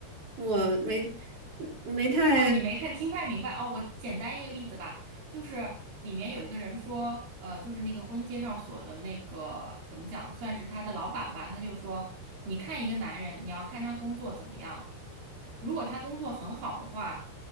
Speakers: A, on the right; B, on the right.
A: 我没没太
B: 哦，你没看听太明白哦。我简单一个例子吧，就是里面有一个人说，呃，就是那个婚姻介绍所的那个怎么讲，算是他的老板吧，他就说，你看一个男人，你要看他工作怎么样，如果他工作很好的话，